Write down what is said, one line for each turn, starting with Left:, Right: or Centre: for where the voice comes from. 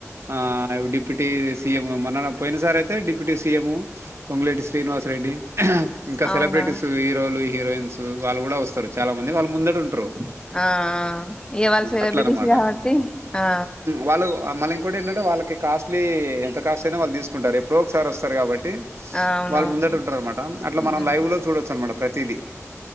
Right: ఆడి డిప్యూటీ సీఎం మన పోయిన సార్ అయితే డిప్యూటీ సీఎం పొంగలేటి శ్రీనివాసరెడ్డి ఇంకా
Left: అవునా
Right: సెలబ్రిటీస్ హీరోలు హీరోయిన్స్ వాళ్ళు కూడా వస్తారు చాలా మంది వాళ్ళు ముందడు ఉంటారు
Left: ఆ ఇగ వాళ్ళు సెలబ్రిటీస్
Right: అట్లన్నమాట
Left: కాబట్టి ఆ
Right: వాళ్ళు మళ్ళ ఇంకోటి ఏంటే వాళ్ళకి కాస్ట్లీ ఎంత కాస్ట్ అయినా వాళ్ళు తీసుకుంటారు ఎప్పుడో ఒకసారి వస్తారు కాబట్టి వాళ్ళు
Left: ఆ, అవునవును
Right: ముందటిటు ఉంటారు అనమాట అట్లా
Left: ఉహు
Right: మనం లైవ్ లో చూడొచ్చు అనమాట ప్రతిీదిీ